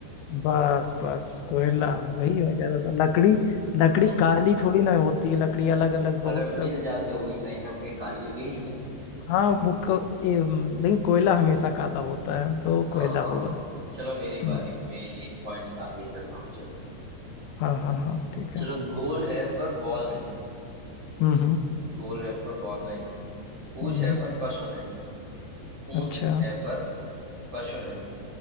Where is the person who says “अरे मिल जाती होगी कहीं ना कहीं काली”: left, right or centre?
Right